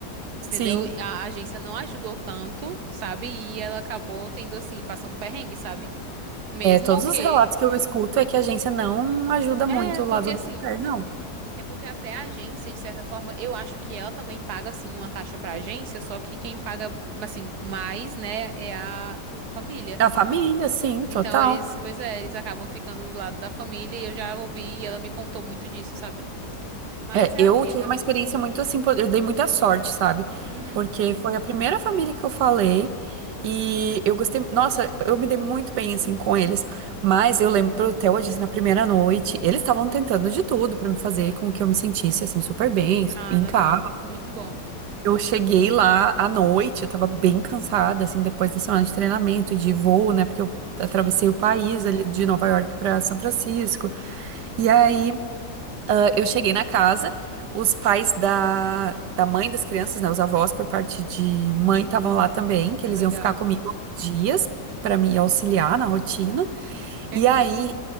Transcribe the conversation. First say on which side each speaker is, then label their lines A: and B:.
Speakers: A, on the right; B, on the right.
A: Sim,
B: Entendeu? A agência não ajudou tanto, sabe? E ela acabou tendo assim, passando perrengue, sabe? Mesmo
A: é, todos
B: que
A: os relatos que eu escuto é que a agência não ajuda
B: É,
A: muito o
B: porque
A: lado
B: assim,
A: do governo, não.
B: É porque até a agência, de certa forma, eu acho que ela também paga, assim, uma taxa pra agência, só que quem paga, assim, mais, né, é a família.
A: A família, sim, total.
B: Então eles, pois é, eles acabam ficando do lado da família e eu já ouvi e ela me contou muito disso, sabe? Mas
A: É,
B: é
A: eu
B: a vida.
A: tive uma experiência muito assim, po- eu dei muita sorte, sabe?
B: Uhum.
A: Porque foi a primeira família que eu falei e eu gostei, nossa, eu me dei muito bem assim com eles. Mas eu lembro até hoje, assim, na primeira noite, eles estavam tentando de tudo pra me fazer com que eu me sentisse assim super bem,
B: Ah,
A: su- em
B: legal.
A: casa.
B: Muito bom.
A: e Eu cheguei lá à noite, eu tava bem cansada assim depois da semana de treinamento e de voo, né? Porque eu
B: Sim.
A: atravessei o país ali de Nova York pra São Francisco. E aí ah, Eu cheguei na casa, os pais da, da mãe das crianças, né, os avós por parte de mãe estavam lá também, que eles
B: Legal.
A: iam ficar comigo alguns dias para me auxiliar na rotina.
B: Perfeito.
A: E aí,